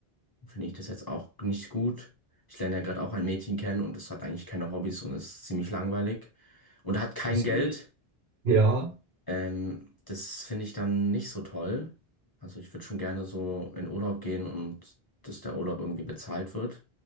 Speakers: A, on the left; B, on the right.
A: finde ich das jetzt auch nicht gut. Ich lerne ja gerade auch ein Mädchen kennen und es hat eigentlich keine Hobbys und ist ziemlich langweilig und hat kein
B: ist
A: Geld.
B: nicht, ja,
A: Ähm, das finde ich dann nicht so toll. Also ich würde schon gerne so in Urlaub gehen und dass der Urlaub irgendwie bezahlt wird.